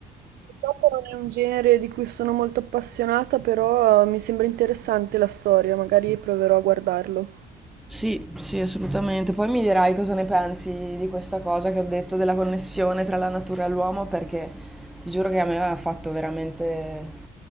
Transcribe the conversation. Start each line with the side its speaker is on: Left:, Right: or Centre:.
Right: Purtroppo non è un genere di cui sono molto appassionata, però eh, mi sembra interessante la storia, magari proverò a guardarlo.
Centre: Sì, sì, assolutamente. Poi mi dirai cosa ne pensi di questa cosa che ho detto della connessione tra la natura e l'uomo, perché ti giuro che a me ha fatto veramente...